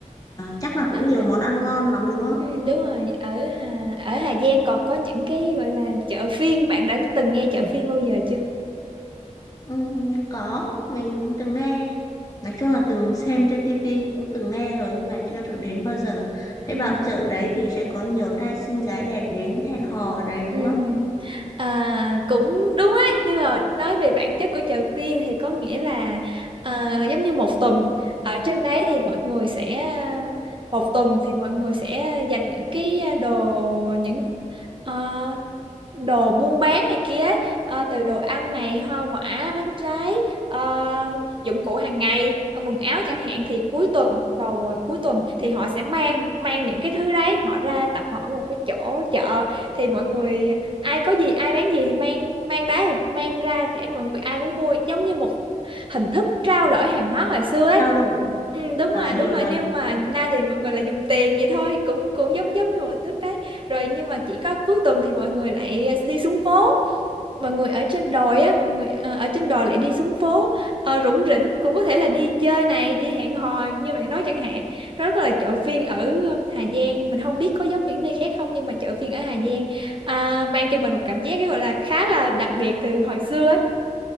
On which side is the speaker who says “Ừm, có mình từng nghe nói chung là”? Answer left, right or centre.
Left